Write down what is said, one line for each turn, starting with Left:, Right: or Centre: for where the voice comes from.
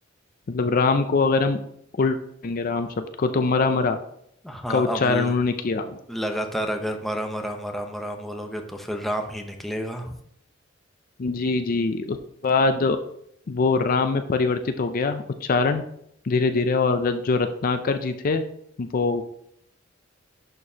Left: मतलब राम को अगर हम उल्टेंगे राम शब्द को तो मरा मरा
Centre: हाँ
Left: का उच्चारण
Centre: अब ल,
Left: उन्होंने किया
Centre: लगातार अगर मरा मरा मरा मरा बोलोगे तो फिर राम ही निकलेगा
Left: जी जी उस बाद वो राम में परिवर्तित हो गया उच्चारण धीरे धीरे और र- जो रत्नाकर जी थे वो